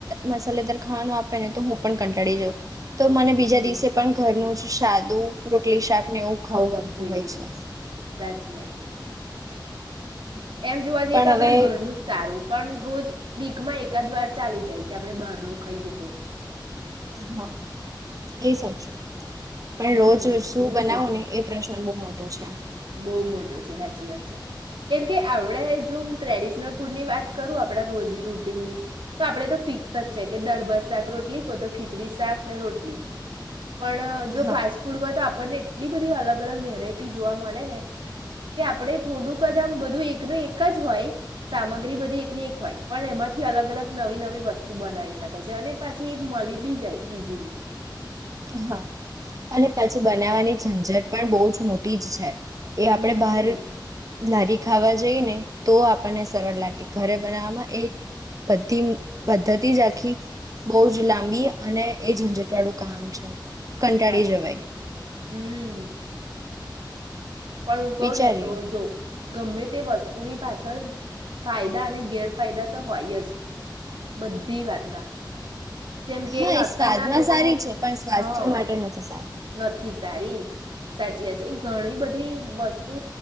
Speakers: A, on the right; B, on the right.
A: મસાલેદાર ખાવાનો આપે ને તો હું પણ કંટાળી જાઉ. તો મને બીજા
B: હમ
A: દિવસે પણ ઘરનું જ સાદું રોટલી શાક ને એવું ખાઉ ગમતું
B: જોઈએ
A: હોય છે.
B: સાચી <inaudible> એમ જોવા જઈએ
A: પણ
B: તો
A: હવે
B: આપણા ઘરનું જ સારું પણ રોજ વીકમાં એકાદ વાર ચાલી જાય કે આપડણે બારનું ખાઈએ તો
A: હા એ સાચું. પણ
B: હમ
A: રોજ શું બનાવુ ને એ પ્રશ્ન બહુ મોટો છે.
B: બહુ મોટો છે સાચી વાત છે કેમ કે આપડ જો હું ટ્રેડિશનલ ફૂડની વાત કરું આપડા રોજ રૂટીનની તો આપડે તો ફિક્સ જ છે કે દાળ ભાત શાક રોટલી કો તો ખીચડી શાક ને રોટલી પણ જો
A: હા
B: ફાસ્ટ ફૂડ હોય તો આપણને એટલી બધી અલગ અલગ વેરાયટી જોવા મળ કે આપણે થોડુંક જ આમ બધું એકનું એક જ હોય સામગ્રી બધી એકની એક હોય પણ એમાંથી અલગ અલગ નવી-નવી વસ્તુ બનાવી શકાય છે અને પછી એ મળી બી જાય ઈઝીલી
A: હા અને પછી બનાવવાની ઝંઝટ પણ બહુ જ મોટી જ છે. એ
B: હમ
A: આપણે બહાર લારી ખાવા જઈ ને તો આપણને સરળ લાગે ઘરે બનાવવામાં એ બધી પદ્ધતિ જ આખી બહુ જ લાંબી અને એ ઝંઝટ વાળું કામ છે. કંટાળી
B: સાચી
A: જવાય
B: વાત હમ પણ હું કહું
A: વિચારીએ
B: ને તો જો ગમે તે વસ્તુ તુની પાછળ ફાયદા અને ગેરફાયદા તો હોય જ બધી વાતના. જેમ કે
A: હા એ
B: અત્યારના
A: સ્વાદમાં
B: લોકો
A: સારી છે પણ સ્વાસ્થ્ય
B: હા
A: માટે નથી સારી.
B: નથી. સારી સાચી વાત છે એ ઘણી બધી વસ્તુ